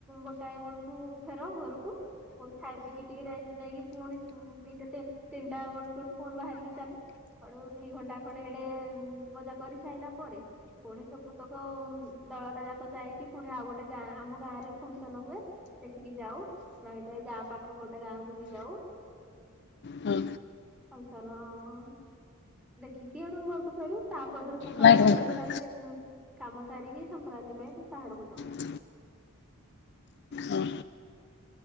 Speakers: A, in the centre; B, on the left.
A: ଗୋଟାଏ ବେଳକୁ ଫେର ଘରକୁ। ପୁଣି ଖାଇ ପିକି ଟିକେ ରେଷ୍ଟ ନେଇକି ପୁଣି ଉଁ ଦିଟା ତି ତିନିଟା ବେଳକୁ ପୁ ପୁଣି ବାହାରିକି ଚାଲୁ। ଆଡୁ ଦି ଘଣ୍ଟା ଖଡେ ହେଡେ ମଜା କରି ସାରିଲା ପରେ ପୁଣି ସବୁ ବୁତକ ଦଳଟା ଯାକ ଯାଇକି ପୁଣି ଆଉ ଗୋଟେ ଗାଁ ଆମ ଗାଁ ରେ ଫଙ୍କସନ ହୁଏ। ସେଠିକି ଯାଉ ନହେଲେ ଗାଁ ପାଖ ଗୋଟେ ଗାଁକୁ ବି ଯାଉ।
B: <inaudible> ହଁ।
A: ଫଙ୍କସନ୍ ଦେଖିକି ହେଠୁ ଘରକୁ ଫେରୁ। ତାପର ଦିନ ସକାଳୁ
B: ଲାଇଟ୍
A: ଗାଧେଇ
B: ବନ୍ଦ କରିଦେ।
A: ସାରିଲେଉ କାମ ସାରିକି ସଂକ୍ରାନ୍ତି ପାଇଁ କି ପାହାଡକୁ ଯାଉ।
B: ଓ ହୋ।